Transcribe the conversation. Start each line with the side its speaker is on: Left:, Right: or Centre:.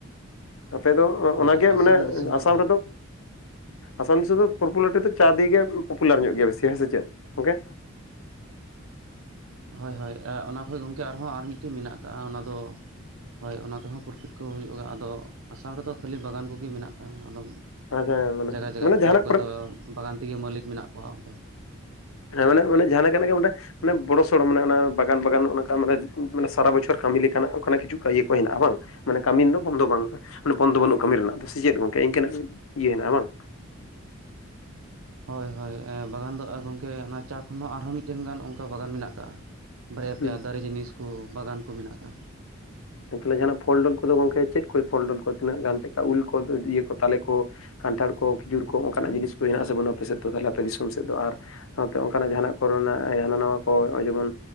Left: ᱟᱯᱮ ᱫᱚ ᱚ
Right: ᱦᱳᱭ
Left: ᱚᱱᱟᱜᱮ
Right: ᱟᱥᱟᱢ
Left: ᱢᱟᱱᱮ
Right: ᱫᱤᱥᱚᱢ ᱫᱚ
Left: ᱟᱥᱟᱢ ᱨᱮᱫᱚ ᱟᱥᱟᱢ ᱫᱤᱥᱚᱢ ᱫᱚ ᱯᱨᱚᱯᱩᱞᱟᱨᱤᱴᱤ ᱫᱚ ᱪᱟ ᱫᱤᱭᱮ ᱯᱨᱚᱯᱩᱞᱟᱨ ᱧᱚᱜ ᱜᱮᱭᱟ ᱵᱤᱥᱤ ᱦᱮᱸ ᱥᱮ ᱪᱮᱫ? ᱜᱚᱝᱠᱮ!
Right: ᱦᱳᱭ ᱦᱳᱭ᱾ ᱟ ᱚᱱᱟ ᱠᱷᱚᱡ ᱜᱚᱝᱠᱮ ᱟᱨᱦᱚᱸ ᱟᱨ ᱢᱤᱫᱴᱤᱡ ᱢᱮᱱᱟᱜ ᱟᱠᱟᱜᱼᱟ᱾ ᱚᱱᱟ ᱫᱚ ᱦᱳᱭ ᱚᱱᱟ ᱛᱮᱦᱚᱸ ᱯᱨᱚᱯᱷᱤᱴ ᱠᱚ ᱦᱩᱭᱩᱜᱼᱟ᱾ ᱟᱫᱚ ᱟᱥᱟᱢ ᱨᱮᱫᱚ ᱠᱷᱟᱹᱞᱤ ᱵᱟᱜᱟᱱ ᱠᱚᱜᱮ ᱢᱮᱱᱟᱜ ᱟᱫᱚ
Left: ᱟᱪᱪᱷᱟ ᱢᱟᱱᱮ
Right: ᱡᱟᱭᱜᱟ ᱡᱟᱭᱜᱟ
Left: ᱢᱟᱱᱮ
Right: ᱛᱮᱫᱚ
Left: ᱡᱟᱦᱟᱱᱟᱜ
Right: ᱚᱠᱚᱭ
Left: ᱠᱚᱨᱮ
Right: ᱫᱚ ᱵᱟᱜᱟᱱ ᱛᱮᱜᱮ ᱢᱟᱹᱞᱤᱠ ᱢᱮᱱᱟᱜ ᱠᱚᱣᱟ ᱚᱱᱛᱮ᱾
Left: <unintelligible> ᱢᱟᱱᱮ ᱵᱚᱲᱚ ᱥᱚᱲᱚ ᱢᱟᱱᱮ ᱚᱱᱟ ᱵᱟᱜᱟᱱ ᱵᱟᱜᱟᱱ ᱚᱱᱠᱟ ᱢᱟᱱᱮ ᱥᱟᱨᱟ ᱵᱚᱪᱷᱚᱨ ᱠᱟᱹᱢᱤ ᱞᱮᱠᱟᱱᱟᱜ ᱚᱱᱠᱟᱱᱟᱜ ᱠᱤᱪᱷᱩ ᱤᱭᱟᱹ ᱠᱚ ᱦᱮᱱᱟᱜᱼᱟ ᱵᱟᱝ? ᱢᱟᱱᱮ ᱠᱟᱹᱢᱤᱱ ᱫᱚ ᱵᱚᱱᱫᱚ ᱵᱟᱝ᱾ ᱢᱟᱱᱮ ᱵᱚᱱᱫᱚ ᱵᱟᱹᱱᱩᱜᱼᱟ ᱠᱟᱹᱢᱤ ᱨᱮᱱᱟᱜ ᱫᱚ ᱥᱮ ᱪᱮᱫ? ᱜᱚᱝᱠᱮ! ᱤᱱᱠᱟᱹᱱᱟᱜ ᱤᱭᱟᱹ ᱦᱮᱱᱟᱜᱼᱟ ᱵᱟᱝ?
Right: ᱦᱳᱭ ᱦᱳᱭ᱾ ᱮ ᱵᱟᱜᱟᱱ ᱫᱚ ᱟᱨ ᱜᱚᱝᱠᱮ ᱚᱱᱟ ᱪᱟ ᱠᱷᱚᱱ ᱦᱚᱸ ᱟᱨᱦᱚᱸ ᱢᱤᱫᱴᱮᱱ ᱜᱟᱱ ᱚᱱᱠᱟ ᱵᱟᱜᱟᱱ ᱢᱮᱱᱟᱜ ᱠᱟᱜᱼᱟ᱾ ᱵᱟᱨᱭᱟ ᱯᱮᱭᱟ
Left: ᱦᱩᱸ
Right: ᱫᱟᱨᱮ ᱡᱤᱱᱤᱥᱠᱚ ᱵᱟᱜᱟᱱᱠᱚ ᱢᱮᱱᱟᱜ ᱟᱠᱟᱫᱼᱟ᱾
Left: ᱛᱟᱦᱞᱮ ᱡᱟᱦᱟᱱᱟᱜ ᱯᱷᱚᱞ ᱰᱚᱞ ᱠᱚᱫᱚ ᱜᱚᱝᱠᱮ ᱪᱮᱫ ᱠᱚ ᱯᱷᱚᱞ ᱰᱚᱞ ᱠᱚ? ᱛᱤᱱᱟᱹᱜ ᱜᱟᱱ ᱪᱮᱫ ᱞᱮᱠᱟ ᱩᱞ ᱠᱚ ᱥᱮ ᱤᱭᱟᱹ ᱠᱚ ᱛᱟᱞᱮ ᱠᱚ? ᱠᱟᱱᱴᱷᱟᱲ ᱠᱚ ᱠᱷᱤᱡᱩᱨ ᱠᱚ ᱚᱱᱠᱟᱱᱟᱜ ᱡᱤᱱᱤᱥ ᱠᱚ ᱦᱮᱱᱟᱜ-ᱟ ᱥᱮ ᱵᱟᱹᱱᱩᱜ-ᱟ ᱟᱯᱮ ᱥᱮᱫ ᱫᱚ? ᱛᱟᱦᱞᱮ ᱟᱯᱮ ᱫᱤᱥᱚᱢ ᱥᱮᱫ ᱫᱚ ᱟᱨ ᱥᱟᱶᱛᱮ ᱚᱱᱠᱟᱱᱟᱜ ᱡᱟᱦᱟᱱᱟᱜ ᱠᱚᱨᱮᱱᱟᱜ ᱦᱟᱱᱟ ᱱᱷᱟᱶᱟ ᱠᱚ ᱡᱮᱢᱚᱱ